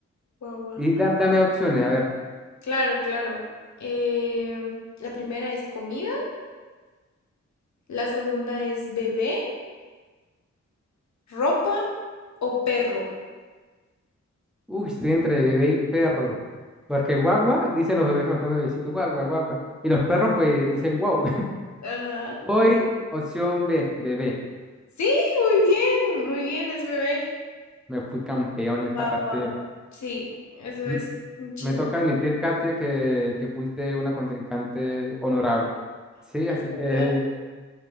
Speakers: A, on the left; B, in the centre.
A: Guagua.
B: Y da- dame opciones, a ver.
A: Claro, claro. Em, la primera es comida, la segunda es bebé, ropa o perro.
B: Uy, estoy entre bebé y perro. Porque guagua, dicen los bebés cuando están bebecitos, guagua, guagua. Y los perros, pues, dicen wow.
A: Ajá.
B: Voy, opción B, bebé.
A: Sí, muy bien, muy bien, es bebé.
B: Me fui campeón en esta
A: Guagua.
B: partida.
A: Sí, eso
B: M-
A: es en Chile.
B: Me toca admitir, Katia, que, que fuiste una contrincante honorable. Sí, así
A: Pero,
B: que